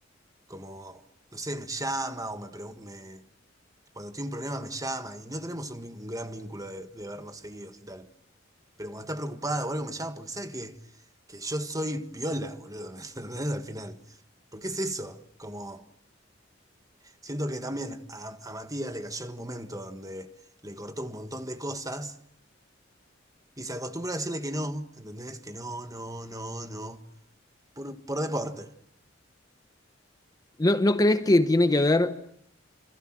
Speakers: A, on the right; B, on the left.
A: como, no sé, me llama o me, pregun- me- cuando tiene un problema me llama y no tenemos un, vin- un gran vínculo de, de vernos seguidos y tal. Pero cuando está preocupada o algo me llama porque sabe que, que yo soy piola, boludo, <laughs> ¿me entendés? Al final. Porque es eso, como. Siento que también a, a Matías le cayó en un momento donde le cortó un montón de cosas y se acostumbró a decirle que no, ¿entendés? Que no, no, no, no. Por, por deporte.
B: ¿No, no crees que tiene que ver?